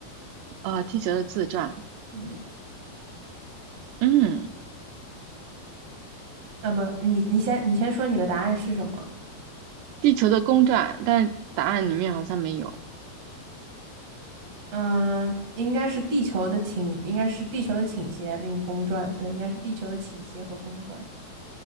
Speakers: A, on the right; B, on the right.
A: 啊、地球的自转，
B: 嗯，
A: 嗯，
B: 啊不，你你先你先说你的答案是什么？
A: 地球的公转，但答案里面好像没有。
B: 嗯，应该是地球的倾，应该是地球的倾斜并公转，对，应该是地球的倾斜和公转。